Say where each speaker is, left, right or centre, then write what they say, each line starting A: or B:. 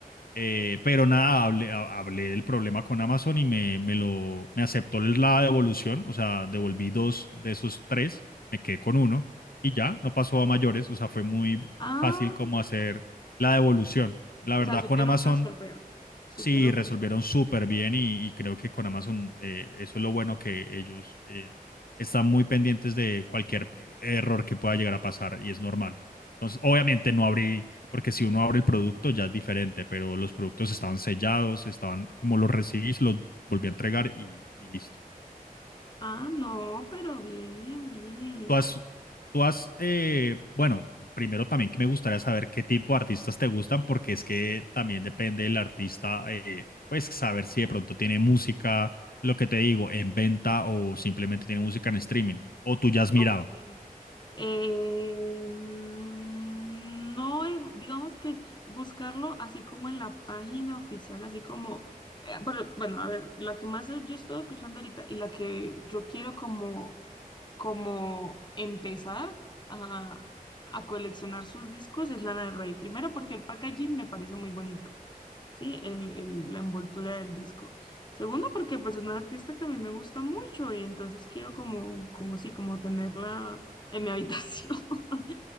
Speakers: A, on the left; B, on the left.
A: eh, pero nada, hablé, ha- hablé del problema con Amazon y me, me lo, me aceptó la devolución, o sea, devolví dos de esos tres, me quedé con uno y ya, no pasó a mayores, o sea, fue muy
B: Ah,
A: fácil como hacer la devolución. La
B: o
A: verdad,
B: sea, supieron
A: con Amazon
B: resolver. Supieron
A: Sí, resolvieron
B: resolver.
A: súper bien y, y creo que con Amazon eh, eso es lo bueno que ellos eh, están muy pendientes de cualquier eh, error que pueda llegar a pasar y es normal. Entonces, obviamente no abrí, porque si uno abre el producto ya es diferente, pero los productos estaban sellados, estaban como los recibí, se los volví a entregar y y listo.
B: Ah, no, pero bien, bien.
A: Tú has, tú has, eh, bueno, primero también que me gustaría saber qué tipo de artistas te gustan, porque es que también depende del artista, eh, pues saber si de pronto tiene música, lo que te digo, en venta o simplemente tiene música en streaming, o tú ya has mirado.
B: Ok. Eh, mm, no, eh, digamos que buscarlo así como en la página oficial, así como, eh, pero, bueno, a ver, la que más yo estoy escuchando ahorita y la que yo quiero como, como empezar a, a coleccionar sus discos es Lana del Rey. Primero porque el packaging me parece muy bonito. Sí, el, el- la envoltura del disco. Segundo, porque pues es una artista que a mí me gusta mucho y entonces quiero como, como sí, como tenerla en mi habitación. <laughs>